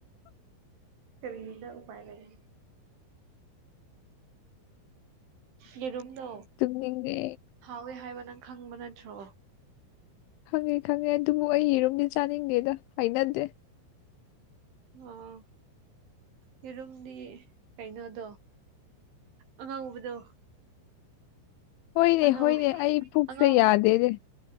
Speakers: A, on the right (about 65°); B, on the left (about 80°).
A: ꯀꯔꯤꯗ ꯎꯄꯥꯏ ꯂꯩ ꯌꯦꯔꯨꯝꯗꯣ
B: ꯇꯨꯝꯅꯤꯡꯉꯦ
A: ꯍꯥꯎꯋꯦ ꯍꯥꯏꯕ ꯅꯪ ꯈꯪꯕ ꯅꯠꯇ꯭ꯔꯣ
B: ꯈꯪꯉꯦ ꯈꯪꯉꯦ ꯑꯗꯨꯕꯨ ꯑꯩ ꯌꯦꯔꯨꯝꯗꯤ ꯆꯥꯅꯤꯡꯗꯦꯗ ꯍꯩꯅꯗꯦ
A: ꯑꯣ ꯌꯦꯔꯨꯝꯗꯤ ꯀꯩꯅꯣꯗꯣ ꯑꯉꯧꯕꯗꯣ
B: ꯍꯣꯏꯅꯦ
A: ꯑꯉꯧ
B: ꯍꯣꯏꯅꯦ ꯑꯩ ꯄꯨꯛꯁꯦ
A: ꯑꯉꯧ
B: ꯌꯥꯗꯦꯅꯦ